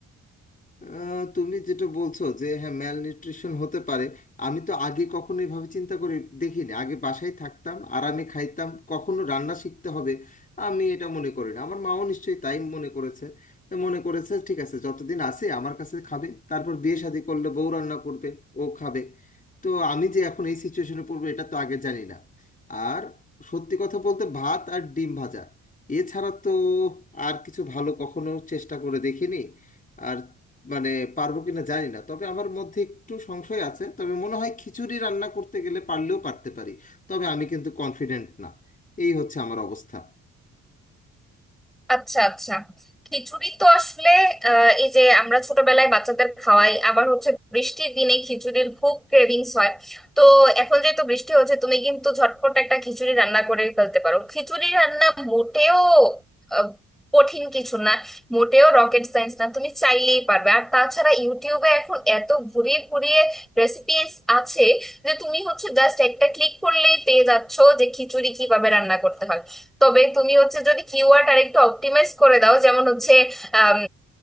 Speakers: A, on the left (about 25°); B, in the centre.
A: আহ, তুমি যেটা বলছো যে হ্যাঁ ম্যাল নিউট্রিশন হতে পারে আমি তো আগে কখনো এভাবে চিন্তা করে দেখিনি আগে বাসায় থাকতাম আরামে খাইতাম কখনো রান্না শিখতে হবে আমি এটা মনে করি না আমার মাও নিশ্চয়ই তাই মনে করেছে তা মনে করেছে ঠিক আছে যতদিন আছে আমার কাছে খাবে তারপর বিয়ে শাদী করলে বউ রান্না করবে ও খাবে তো আমি যে এখন এই সিচুয়েশনে পড়বো এটা তো আগে জানি না আর সত্যি কথা বলতে ভাত আর ডিম ভাজা এছাড়া তো আর কিছু ভালো কখনো চেষ্টা করে দেখিনি আর মানে পারবো কিনা জানি না তবে আমার মধ্যে একটু সংশয় আছে তবে মনে হয় খিচুড়ি রান্না করতে গেলে পারলেও পারতে পারি তবে আমি কিন্তু কনফিডেন্ট না এই হচ্ছে আমার অবস্থা
B: আচ্ছা আচ্ছা খিচুড়ি তো আসলে আহ, এই যে আমরা ছোটবেলায় বাচ্চাদের খাওয়াই আবার হচ্ছে বৃষ্টির দিনে খিচুড়ির খুব ক্রেভিংস হয় তো এখন যেহেতু বৃষ্টি হচ্ছে তুমি কিন্তু ঝটপট একটা খিচুড়ি রান্না করে ফেলতে পারো খিচুড়ি রান্না মোটেও আহ, কঠিন কিছু না মোটেও রকেট সায়েন্স না তুমি চাইলেই পারবে আর তাছাড়া ইউটিউবে এখন এত ঘুরিয়ে ঘুরিয়ে রেসিপিস আছে যে তুমি হচ্ছে জাস্ট একটা ক্লিক করলেই পেয়ে যাচ্ছো যে খিচুড়ি কিভাবে রান্না করতে হয় তবে তুমি হচ্ছে যদি কিওয়ার্ড আর একটু অপটিমাইজ করে দাও যেমন হচ্ছে আম,